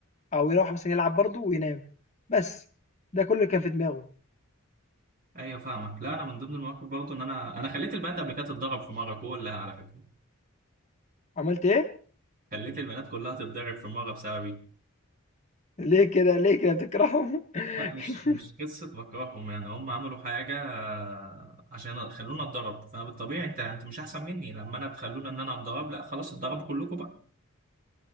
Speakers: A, on the left; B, on the right.
A: أو يروّح مثلًا يلعب برضه وينام، بس، ده كلّ اللي كان في دماغه.
B: ايوه فاهمك لا انا من ضمن المواقف برضه ان انا انا خليت البنات قبل كده تتضرب في مره كلها على فكره
A: عملت إيه؟
B: خليت البنات كلها تتضرب في مره بسببي
A: ليه كده، ليه كده بتكرههم؟ <laughs>
B: لا مش مش قصه بكرههم يعني هم عملوا حاجه آه، عشان خلونا اتضرب فبالطبيعي انت انت مش احسن مني لما انا تخلونا ان انا اتضرب لا خلاص اتضربوا كلكم بقى